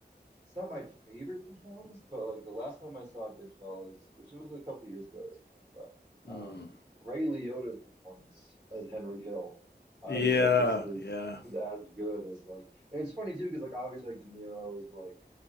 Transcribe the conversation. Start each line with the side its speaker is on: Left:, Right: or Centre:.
Right: it's not my favorite performance, but like the last time I saw Goodfellas, which was a couple of years ago at this point, but um,
Left: Mm.
Right: Ray Liotta's performance as Henry Hill, I
Left: Yeah,
Right: was like, this is
Left: yeah,
Right: this is as good as like, and it's funny too because like obviously like De Niro is like